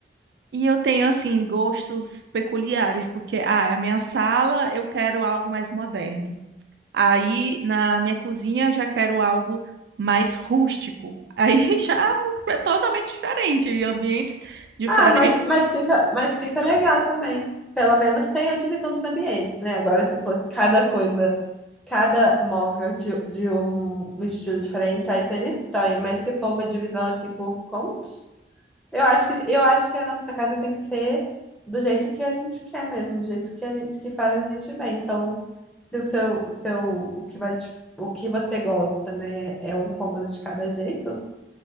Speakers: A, on the right (about 75°); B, in the centre.
A: E eu tenho, assim, gostos peculiares, porque, ah, a minha sala eu quero algo mais moderno. Aí, na minha cozinha, eu já quero algo mais rústico. Aí <laughs> já é totalmente diferente, e ambientes diferentes.
B: Ah, mas, mas fica, mas fica legal também. Pelo menos tem a divisão dos ambientes, né? Agora, se fosse cada coisa, cada móvel de, de um um estilo diferente, aí seria estranho. Mas se for uma divisão assim por cômodos, Eu acho que, eu acho que a nossa casa tem que ser do jeito que a gente quer mesmo, do jeito que a gente que faz a gente bem. Então, se o seu, seu, o que vai te, o que você gosta, né, é um cômodo de cada jeito,